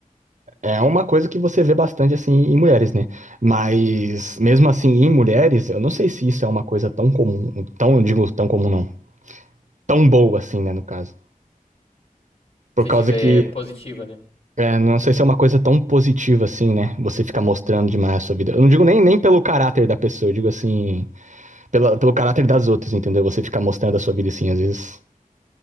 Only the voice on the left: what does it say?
Se
diz, é,
positiva, né?